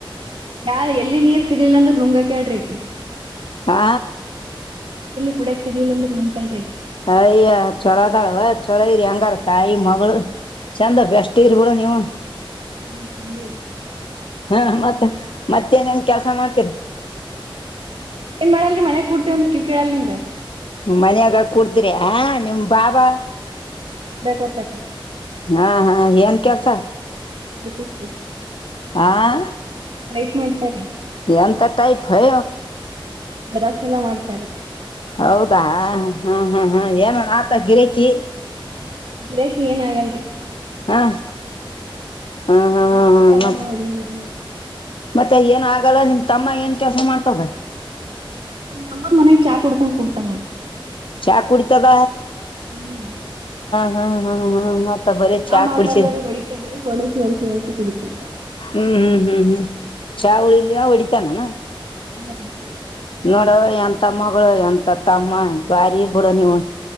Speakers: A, on the right; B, on the left.
A: ಯಾ ಎಲ್ಲಿ ನೀರ್ ಸಿಗ್ಲಿಲ್ಲಾಂದ್ರ ನುಂಗಕ್ಯಾಡ್ರಿಕಿ
B: ಆ
A: ಕುಡಕ್ ಸಿಗ್ಲಿಲ್ಲ ಅ್ರ ನೋತಲ್ರರಿ
B: ಅಯ್ಯ ಚೊರದಾರುವ ಚೊರಾಗಿೀರಿ ಹೆಂಗಾರ ತಾಯಿ ಮಗಳು ಚಂದ ಬೆ್ಯಸ್ಟ್ ಇರಿೂಡ ನೀವು
A: ಹ್ಮಂದರು
B: ಹಾ ಮತ್ತ ಮತ್ತೇನೇನ್ ಕೆಲ್ಸ ಮಾಡ್ತರಿ
A: ಏನ್ ಮಾಡಲ್ರಿ ಮನೆಗ್ ಕುೂಡ್ತೇವಂದ್ರಿ ಕಿವ್ ಕೇಳಲ್ ನಿಮಗ
B: ಮನ್ಯಾಗ ಕುಡ್ತ್ರಿ ಹ ನಿಮ ಬಾಬಾ
A: ಬೇಕೊತ್ತರಿ
B: ಹಾ ಹಾ ಏನ್ ಕೆಲ್ಸ
A: ಎಪ ಸ್ೀ
B: ಆಾ
A: ಟೈಪ್ ಮಾಡ್ತಾರೆ ರೀ
B: ಎಂತ ಟೈಪ್ ಹೋ
A: ಜರಾಕ್ಸ್ ಎಲ್ಲ ಮಾಡ್ತಾರೆ
B: ಹೌದಾ ಹಾ ಹಾ ಹಾ ಏನ ಆತ ಗಿರಕಿ
A: ಗಿರಾಕಿ ಏನ್ ಆಗಲ್ರಿ
B: ಹಾ ಹಾ ಹಾ
A: ಆತದ್ರೀ
B: ಹಾ ಹಾ
A: ಯಾವಾಗಾವಾಗ
B: ಮತ್
A: ಮೂರ
B: ಮತ್ತೆ ಏನ ಆಗಲ್ಲ ನಿಮ್ಮ ತಮ್ಮ ಏನ್ ಕೆಲಸ ಮಾಡ್ತದೆ
A: ತಂಬಾ ಮನಾಗ್ ಚಾ ಕುಡ್ಕೊಂಡ್ ಕುಡ್ತಾ ನೋಡ್ರಿ
B: ಚ ಕುಡಿತದ
A: ಹ್ಮ್
B: ಹ್ಮ್ ಹ್ಮ್ ಹ್ಮ್ ಬರ ಚಾ
A: ಮಾಡ್ಲಾರ್ದವ್ರಿಗ್
B: ಕುಡಚ
A: ಹೊಡಿತದ್ರಿ ಹೊಡಸಿ ಹೊಡಸಿ ಹೊಡಸಿ ಕುಡಿತದ
B: ಹ್ಮ್ ಹ್ಮ್ ಹ್ಮ್ ಹ್ಮ್ ಚಾವಳ ಇಲ್ಲಲ್ಲ ಹೊಡಿತಾನುಣ
A: ಹ್ಮರಿೀ
B: ನೋಡವ ಎಂತ ಮಗಳು ಎಂತ ತಮ್ಮ ಬಾರಿ ಬಿಡ ನೀವು